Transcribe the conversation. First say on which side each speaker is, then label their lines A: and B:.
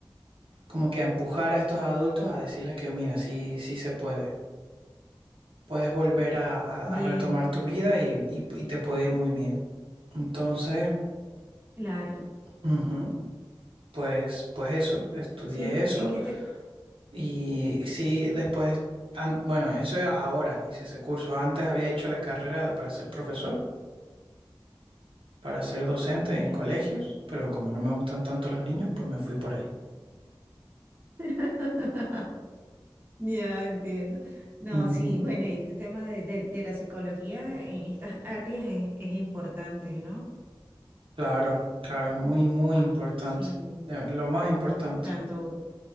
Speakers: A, on the right; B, on the right.
A: como que a empujar a estos adultos a decirles que mira, sí, sí se puede. Puedes volver a, a-
B: Bien,
A: a retomar tu vida y, y- y te puede ir muy bien. Entonces,
B: claro.
A: ujú, pues, pues eso, estudié
B: Sí,
A: eso
B: es que te,
A: y sí, después, an- bueno, eso ahora hice ese curso. Antes había hecho la carrera para ser profesor, para ser docente
B: Ya.
A: en colegios, pero como no me gustan tanto los niños, pues me fui por ahí.
B: <laughs> Ya entiendo. No,
A: Ujú.
B: sí, bueno, y este tema de, de- de la psicología en estas áreas es, es importante, ¿no?
A: Claro, claro, es muy, muy
B: Pa-
A: importante,
B: sí,
A: de- lo más importante.
B: tanto,